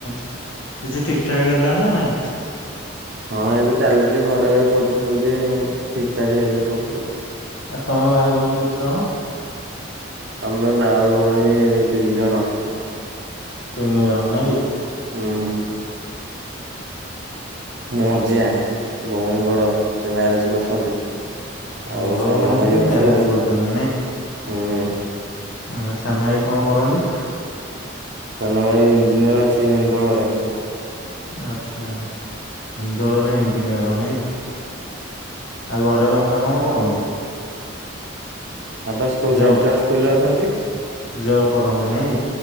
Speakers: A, on the left; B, on the right.
A: କିଛି ଠିକ୍ ଠାକ୍ ହେଲା ନା ନାଇଁ?
B: ହଁ ଏବେ ଚାଲିଛି ଘରେ ଖୋଜୁଛନ୍ତି ଠିକ୍ ଠାକ୍ ହେଇନି କୋଉଠି ଆଉ।
A: ଆଉ ତମେ ଭାଇ ଭଉଣୀ କେତେ ଜଣ?
B: ଆମେ ଭାଇ ଭଉଣୀ ତିନି ଜଣ।
A: ତିନି ଜଣ ନାଇଁ କି?
B: ହୁଁ। ମୁଁ ମଝିଆ ଭଉଣୀ ବଡ ସେ ମ୍ୟାରେଜ କରୁଛନ୍ତି। ଆଉ
A: ବଡ
B: ସାନ
A: ଭଉଣୀ ଯିଏ
B: ଭାଇ ଅଛି
A: ମ୍ୟାରେଜ
B: ଆଉ ହୁଁ।
A: କରିଛନ୍ତି ଆଉ ସାନ ଭାଇ କଣ କରନ୍ତି?
B: ସାନ ଭାଇ ଇଞ୍ଜିନିୟର ଅଛି ହେନ୍ଦୋଳରେ।
A: ଆଚ୍ଛା ହିନ୍ଦୋଳରେ ଇଞ୍ଜିନିୟର ନାଇଁ କି।
B: <inaudible>
A: ଆଉ ଘରେ ବାପା କଣ କରନ୍ତି?
B: ବାପା ସ୍କୁଲ୍
A: ଜବ୍
B: ସେଣ୍ଟ୍ରାଲଲ୍ ସ୍କୁଲ ରେ ଅଛନ୍ତି।
A: ଜବ୍ କରନ୍ତି ନାଇଁ କି?